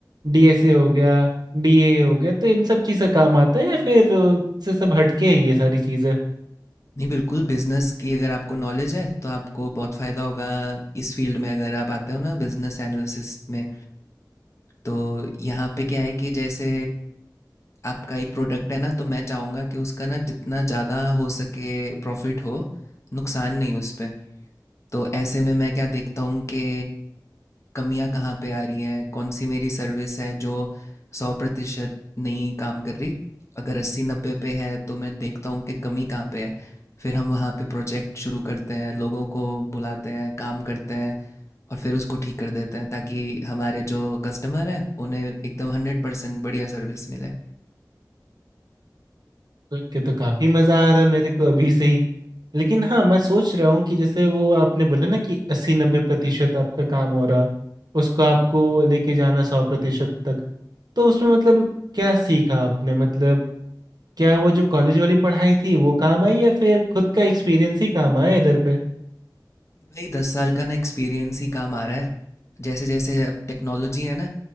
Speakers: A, on the right (about 70°); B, on the left (about 40°).
A: डीएसए हो गया डीए हो गया तो इन सब चीज का काम आता है या फिर अ, से सब हटके है ये सारी चीजें
B: नहीं बिल्कुल बिजनेस की अगर आपको नॉलेज है तो आपको बहुत फ़ायदा होगा इस फील्ड में अगर आप आते हो ना बिजनेस एनालिसिस में तो यहाँ पे क्या है कि जैसे आपका एक प्रोडक्ट है ना तो मैं चाहूँगा कि उसका ना जितना ज़्यादा हो सके प्रॉफिट हो नुकसान नहीं उस पे तो ऐसे में मैं क्या देखता हूँ कि कमियाँ कहाँ पे आ रही हैं कौन सी मेरी सर्विस है जो सौ प्रतिशत नहीं काम कर रही अगर अस्सी नब्बे पे है तो मैं देखता हूँ कि कमी कहाँ पे है फिर हम वहाँ पे प्रोजेक्ट शुरू करते हैं लोगों को बुलाते हैं काम करते हैं और फिर उसको ठीक कर देते हैं ताकि हमारे जो कस्टमर हैं उन्हें एकदम हंड्रेड परसेंट बढ़िया सर्विस मिले
A: सुन के तो काफी मजा आ रहा है मेरे को अभी से ही लेकिन हाँ मैं सोच रहा हूँ कि जैसे वो आपने बोला ना कि अस्सी नब्बे प्रतिशत आपका काम हो रहा उसको आपको लेके जाना सौ प्रतिशत तक तो उसमें मतलब क्या सीखा आपने मतलब क्या वो जो कॉलेज वाली पढ़ाई थी वो काम आई या फिर खुद का एक्सपीरियंस ही काम आया इधर पे
B: भाई दस साल का ना एक्सपीरियंस ही काम आ रहा है जैसे जैसे अब टेक्नोलॉजी है ना